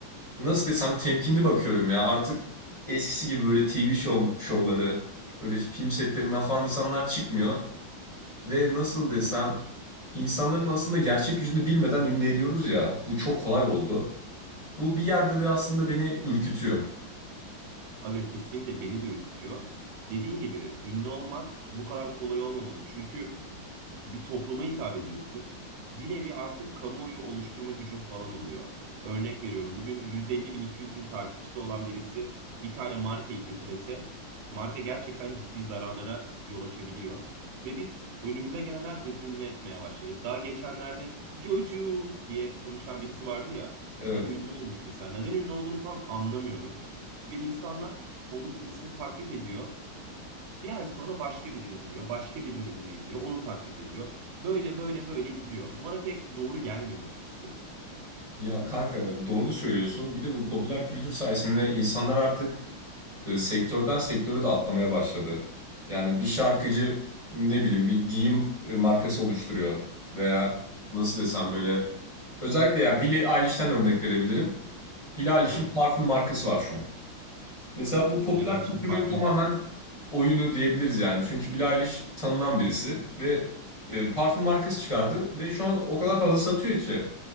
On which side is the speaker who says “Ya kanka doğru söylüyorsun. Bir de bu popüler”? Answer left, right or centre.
Left